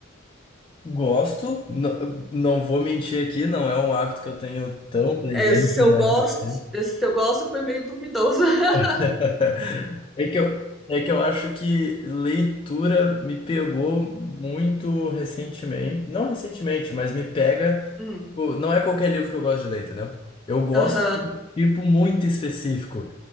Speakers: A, on the left; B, in the centre.
A: Gosto, não, não vou mentir aqui, não é um hábito que eu tenho tão presente
B: É, esse seu
A: na minha
B: gosto,
A: rotina.
B: esse seu gosto foi meio duvidoso. <laughs>
A: <laughs> É que eu, é que eu acho que leitura me pegou muito recentemente. Não recentemente, mas me pega.
B: Hum,
A: tipo, Não é qualquer livro que eu gosto de ler, entendeu? Eu gosto
B: Aham.
A: de um tipo muito específico.